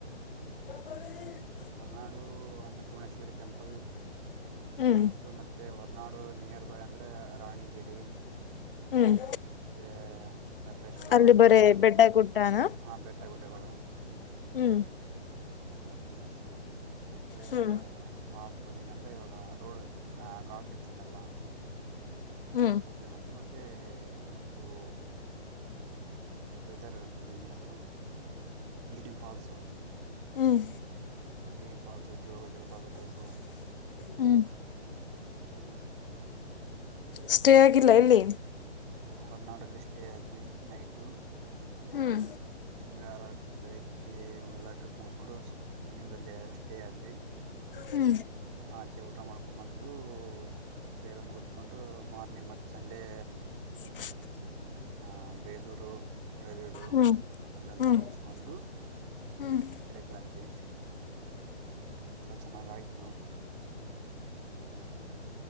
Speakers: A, on the left; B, on the right.
A: <unintelligible>
B: ಹೊರನಾಡು ಅನ್ನಪೂರ್ಣೇಶ್ವರಿ ಟೆಂಪಲ್
A: ಹ್ಮ್
B: ಫೇಮಸ್ ಮತ್ತೆ ನಾಡು ನಿಯರ್ ಬೈ ಅಂದ್ರೆ ರಾಣಿಜೇರಿ.
A: ಹ್ಮ್
B: ಮತ್ತೆ ಸಕಲೇಶಪುರ
A: ಅಲ್ಲಿ
B: ಅಲ್ಲೇ
A: ಬರೇ
B: ನಿಯರ್ ಬೈ
A: ಬೆಡ್ಡ ಗುಡ್ಡಾನ
B: ಹಾಂ ಬೆಟ್ಟ ಗುಡ್ಡಗಳು.
A: ಹ್ಮ್
B: ಅದ ಫೇಮಸ್ ಮತ್ತ
A: ಹ್ಮ್
B: ಶಾಪ್ ರೋಡ್ ಹೆಂಗ ಅಂದ್ರೆ ಇವಾಗ ರೋಡ್ ಗಾರ್ಡ್ ಸೆಕ್ಷನ್ ಎಲ್ಲ
A: ಹ್ಮ
B: ಅ ಫೇಮಸ್ ಮತ್ತೆ ಇವು ವೆದರ್ನದು ನೀರಿನ ಪಾಲ್ಸು
A: ಹ್ಮ್
B: ಆಂಪಾಲಸ ಜೋಗ್ ಜಲಪಾತ ಟೈಪು
A: ಹ್ಮ್
B: ಹ್ಮ್
A: ಸ್ಟೇ ಆಗಿಲ್ಲ ಎಲ್ಲಿ
B: ಹೊರನಾಡಲ್ಲಿ ಸ್ಟೇ ಆದ್ವಿ ನೈಟು
A: ಹ್ಮ್
B: ಶನಿವಾರ ಬೆಳಿಗ್ಗೆ ಎಲ್ಲಾ ಟ್ರಿಪ್ ಮುಗಿಸಕೊಂಡು. ಇವ್ನಿಂಗ್ ಅಲ್ಲಿ ಸ್ಟೇ ಆದ್ವಿ.
A: ಹ್ಮ್
B: ಆ ಆಚೆ ಊಟ ಮಾಡ್ಕೊ ಬಂದು. ಸ್ಟೇ ಎಲ್ಲ ಮುಗಿಸ್ಕೊಂಡು ಮಾರ್ನಿಂಗ್ ಮತ್ತು ಸಂಡೇ
A: ಹ <inaudible>
B: ಆಹ ಬೇಲೂರು ಹಳೇಬೀಡು
A: ಹ್ಮ್
B: ಅಲ್ಲೆಲ್ಲ
A: ಹ್ಮ್
B: ಮುಗಿಸ ಹಕೊಂಡು
A: ಹ್ಮ್
B: ಈ ಕಡೆ ಬಂದ್ವಿ. ಟ್ರಿಪ್ ಎಲ್ಲ ಚೆನ್ನಾಗ ಆಯ್ತು.